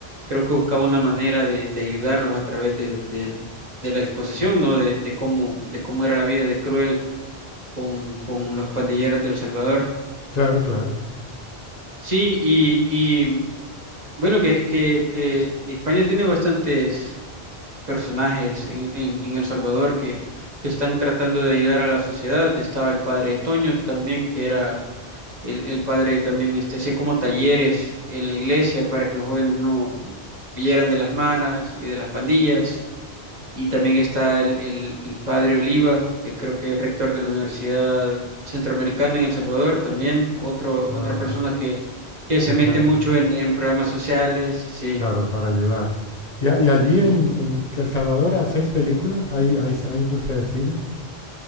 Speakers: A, on the right (about 40°); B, on the left (about 40°).
A: creo que buscaba una manera de, de ayudarlos a través de, del- de la exposición, ¿no? De, de cómo, de cómo era la vida de cruel con, con los pandilleros del Salvador.
B: claro, claro.
A: Sí, y, y, mm, bueno, que, que, que España tiene bastantes personajes en, en, en El Salvador que, que están tratando de ayudar a la sociedad. Estaba el padre Toño también, que era el, el padre también, este, hacía como talleres en la iglesia para que los jóvenes no vieran de las maras y de las pandillas. Y también está el, el, el padre Oliva, que creo que es rector de la Universidad Centroamericana en El Salvador, también otro,
B: Ah,
A: otra persona que, que se
B: que
A: mete
B: están,
A: mucho en, en programas sociales, sí.
B: claro, para ayudar. Y, a- y allí
A: Ujú.
B: en, en El Salvador hay seis películas, hay, hay, hay industria de cine.